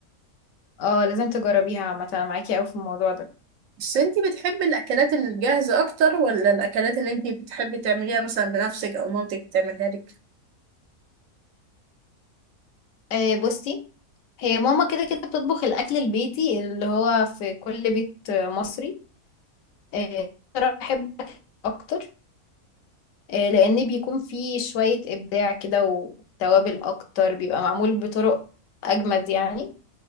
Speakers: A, on the left; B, on the right.
A: اه لازم تجربيها عامة أنا معاكي قوي في الموضوع ده
B: بس انتي بتحبي الأكلات الجاهزة أكتر ولا الأكلات اللي انتي بتحبي تعمليها مثلا بنفسك أو مامتك بتعملها لك؟
A: آه بصي هي ماما كده كده بتطبخ الاكل البيتي اللي هو في كل بيت آه، مصري آه صراحة بحب الأكل اكتر آه لان بيكون فيه شوية ابداع كده وتوابل اكتر بيبقى معمول بطرق اجمد يعني